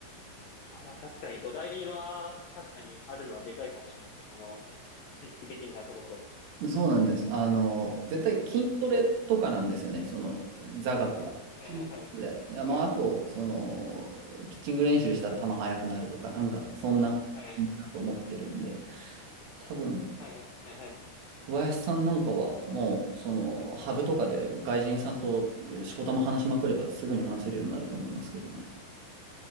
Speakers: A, on the left; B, on the right.
A: あ、まあ確かに土台は確かにあるのはでかいかもしれないですね。その、神秘的なところで。
B: そうなんです。あの、絶対筋トレとかなんですよね、
A: はい。
B: その座学は。
A: はいはいはい。
B: 筋トレで、まあ、あと、その、ピッチング練習したら球速くなるとか、なんか、そんな感じだと思ってるんで、
A: はい。
B: 多分、
A: はいはいはいはい。
B: 小林さんなんかは、もう、その、ハブとかで外人さんとしこたま話しまくれば、
A: うん。
B: すぐに話せるようになると思いますけどね。